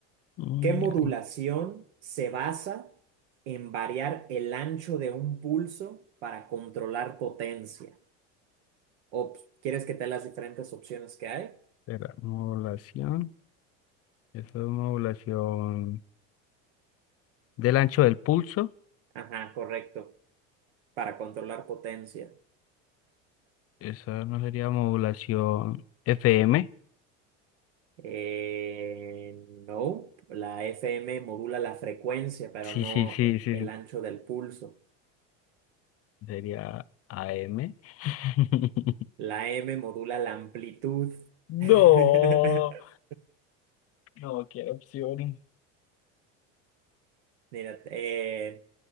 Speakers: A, on the left; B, on the right.
A: Mm,
B: ¿Qué modulación
A: ahí,
B: se basa en variar el ancho de un pulso para controlar potencia? O, ¿quieres que te dé las diferentes opciones que hay?
A: espera, modulación, eso es modulación del ancho del pulso,
B: Ajá, correcto, para controlar potencia.
A: esa no sería modulación FM.
B: Eh, no, la FM modula la frecuencia, pero
A: Sí,
B: no
A: sí, sí, sí.
B: el ancho del pulso.
A: Sería A M <laughs>
B: La M modula la amplitud.
A: No,
B: <laughs>
A: no quiero opciones.
B: Mira, eh,